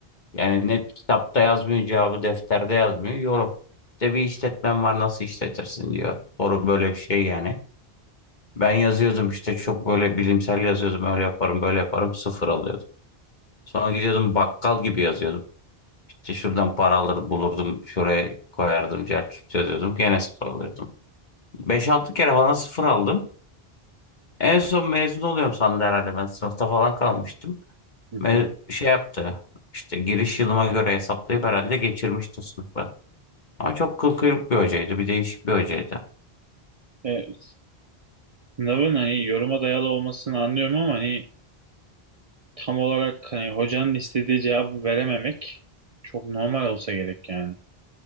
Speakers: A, on the left (about 45°); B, on the right (about 45°).
A: Yani net kitapta yazmıyor cevabı defterde yazmıyor yorum. İşte bir işletmen var nasıl işletirsin diyor. Soru böyle bir şey yani. Ben yazıyordum işte çok böyle bilimsel yazıyordum öyle yaparım böyle yaparım sıfır alıyordum. Sonra gidiyordum bakkal gibi yazıyordum. İşte şuradan para alır bulurdum. Şuraya koyardım. Cer çözüyordum. Gene sıfır alıyordum. beş altı kere falan sıfır aldım. En son mezun oluyorum sandı herhalde ben. Sınıfta falan kalmıştım.
B: <laughs>
A: Me- şey yaptı. işte giriş yılıma göre hesaplayıp herhalde geçirmişti sınıfı. Ama çok kıl kıyruk bir hocaydı. Bir değişik bir hocaydı.
B: E, sınavın hani yoruma dayalı olmasını anlıyorum ama hani tam olarak hani hocanın istediği cevabı verememek çok normal olsa gerek yani.